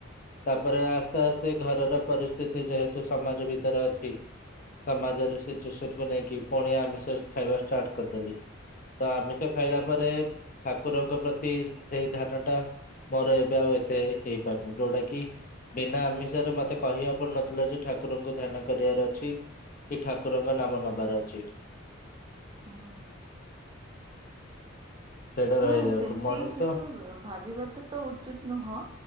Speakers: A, on the left; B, on the right.
A: ତାପରେ ଆସ୍ତେ ଆସ୍ତେ ଘରର ପରିସ୍ଥିତି ଯେହେତୁ ସମାଜ ଭିତରେ ଅଛି। ସମାଜରେ ସିଚୁଏସନକୁ ନେଇକି ପୁଣି ଆମିଷ ଖାଇବା ଷ୍ଟାର୍ଟ କରିଦେଲି। ତ ଆମିଷ ଖାଇଲା ପରେ। ଠାକୁରଙ୍କ ପ୍ରତି ସେଇ ଧ୍ୟାନ ଟା ମୋର ଏବେ ଆଉ ଏତେ ହେଇପାରୁନି ଯୋଉଟା କି ବିନା ଆମିଷରେ ମତେ କହିବାକୁ ପଡୁନଥିଲା ଯେ ଠାକୁରଙ୍କୁ ଧ୍ୟାନ କରିବାର ଅଛି। କି ଠାକୁରଙ୍କ ନାମ ନବାର ଅଛି।
B: ହଁ ହଁ।
A: ସେଇଟା ରହିଯାଉଛି
B: ନାଇଁ ସେମିତି
A: ମଣିଷ
B: କିଛି ଭାବିବାଟା ତ ଉଚିତ୍ ନୁହଁ।